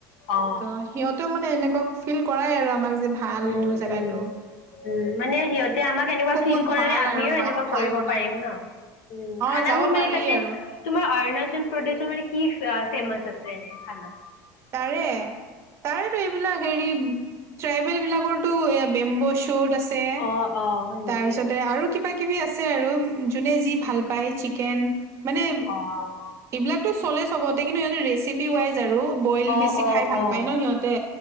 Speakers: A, on the left (about 65°); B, on the right (about 30°).
A: অ
B: ত' সিহঁতেও মানে এনেকুৱা ফিল কৰাই আৰু আমাক যে ভাল
A: উম
B: এইটো জাগাটো।
A: উম উম, মানে সিহঁতে আমাক এনেকুৱা ফিল্ড
B: বহুত
A: কৰে,
B: ভাল
A: আমিও
B: আৰু বাহ
A: এনেকুৱা
B: ভাল
A: কৰিব
B: বনাই
A: পাৰিম ন'। উম,
B: অ
A: খানাবোৰ
B: যাব পাৰি
A: মানে তাতে
B: আৰু
A: তোমাৰ অৰুণাচল প্ৰদেশৰ মানে কি ফেমাচ আছে এনে খানা?
B: তাৰে। তাৰেটো এইবিলাক হেৰি ট্ৰাইবেল বিলাকৰটো এই বেম্ব শ্বুট আ ছে,
A: অ', অ', হয় নেকি?
B: তাৰপিছতে আৰু কিবা-কিবি আছে আৰু, যোনে যি ভাল পায়, চিকেন, মানে
A: অ',
B: এইবিলাকতো চলে চবতে, কিন্তু সিহঁতে ৰেচিপি ৱাইজ আৰু। বইল
A: অ',
B: বেছি
A: অ',
B: খাই ভাল
A: অ'।
B: পাই ন' সিহঁতে,